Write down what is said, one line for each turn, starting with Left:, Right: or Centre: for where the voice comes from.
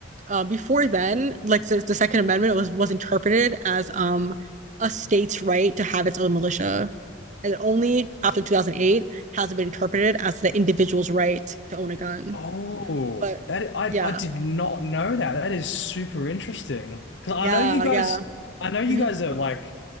Right: Um, uh, before then like the, the second amendment was was interpreted as um a state's right to have its own militia and only after 2008 has it been interpreted as the individual's right to own a gun
Left: Oh,
Right: but
Left: that I
Right: yeah
Left: I did not know that. That is super interesting. Because I
Right: yeah
Left: know you guys,
Right: yeah
Left: I know you
Right: hmm
Left: guys are like